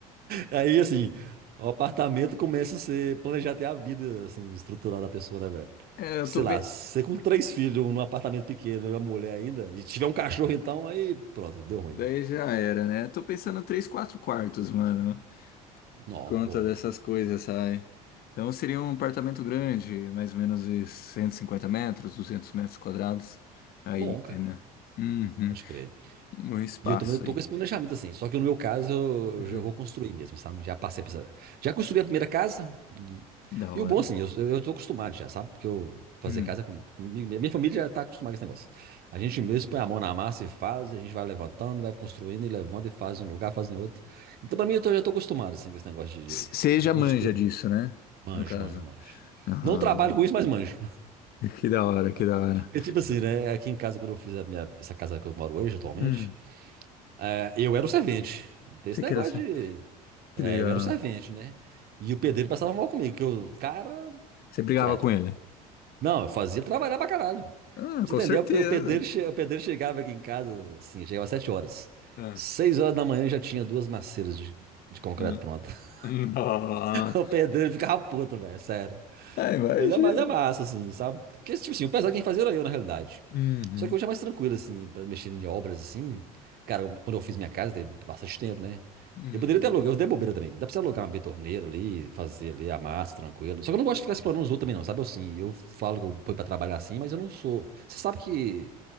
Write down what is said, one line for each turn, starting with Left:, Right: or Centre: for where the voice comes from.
Right: Aí, assim, o apartamento começa a ser planejar até a vida, assim, estrutural da pessoa, né, velho?
Left: É, eu
Right: Que, sei
Left: tô
Right: lá,
Left: vendo.
Right: você com três filhos num apartamento pequeno e uma mulher ainda, e tiver um cachorro então, aí pronto, deu ruim.
Left: Daí já era, né? Tô pensando três, quatro quartos, mano.
Right: Não,
Left: Por Conta
Right: bom.
Left: dessas coisas, sabe? Então seria um apartamento grande, mais ou menos de 150 metros, 200 metros quadrados. Aí,
Right: Bom,
Left: entendeu?
Right: cara.
Left: Uhum.
Right: Pode crer.
Left: Um espaço
Right: E eu também tô
Left: aí.
Right: com esse planejamento assim. Só que no meu caso, eu
Left: Hum.
Right: já vou construir mesmo, sabe? Já passei por essa. Já construí a primeira casa. E,
Left: Da
Right: e
Left: hora.
Right: o bom, assim, eu, eu tô acostumado já, sabe? Porque eu fazer
Left: Hum.
Right: casa com, comigo. Minha família já tá acostumada com esse negócio. A gente mesmo põe a mão na massa e faz, a gente vai levantando, vai construindo e levanta e faz em um lugar, faz em outro. Então, pra mim, eu tô- já tô acostumado, assim, com esse negócio de,
Left: Você
Right: de, de
Left: já
Right: construir.
Left: manja disso, né?
Right: Manjo,
Left: No caso.
Right: manjo, manjo.
Left: Ah,
Right: Não trabalho com isso, mas manjo.
Left: que da hora, que da
Right: <laughs>
Left: hora.
Right: Porque, tipo assim, né? Aqui em casa, quando eu fiz a minha, essa casa que eu moro hoje, atualmente.
Left: Hum.
Right: É, eu era o servente. Não tem
Left: Você
Right: esse negócio
Left: que era... ser-
Right: de.
Left: Que
Right: É,
Left: legal.
Right: eu era o servente, né? E o pedreiro passava mal comigo, que eu, cara,
Left: Você brigava
Right: sério.
Left: com ele?
Right: Não, eu fazia trabalhar pra caralho. Pra
Left: Ah,
Right: você
Left: com
Right: entender,
Left: certeza.
Right: o pedreiro, che- o pedreiro chegava aqui em casa, assim, chegava às 7 horas.
Left: Ah.
Right: seis horas da manhã eu já tinha duas maceiras de, de concreto
Left: Hum.
Right: pronto. <laughs>
Left: <laughs> Ah,
Right: O pedreiro ficava puto, velho, sério.
Left: Ah, imagina.
Right: Mas é, mas é massa, assim, sabe? Porque, tipo assim, o pesado quem fazia era eu, na realidade.
Left: Uhum.
Right: Só que hoje é mais tranquilo, assim, pra mexer em obras, assim. Cara, quando eu fiz minha casa, teve bastante tempo, né?
Left: Uhum.
Right: Eu poderia ter alugar, eu dei bobeira também. Dá pra você alugar uma betorneira ali, fazer ali a massa, tranquilo. Só que eu não gosto de ficar explorando os outros também, não, sabe? Eu, assim, eu falo que eu ponho pra trabalhar assim, mas eu não sou. Você sabe que